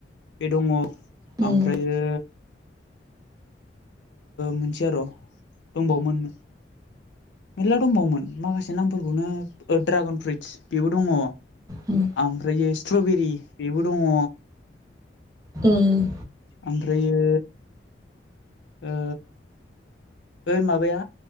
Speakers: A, on the left; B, on the right.
A: बे दङ ओमफ्रायो
B: उम
A: मोनसेआ र' दंबावोमोन मेर्ला दंबावोमोन माखासे नामफोरखौनो ड्रागन फ्रुइटस बेबो दङ
B: उम
A: ओमफ्रायो स्ट्रबेरि बेबो दङ
B: उम
A: ओमफ्रायो ओ ओ माबाया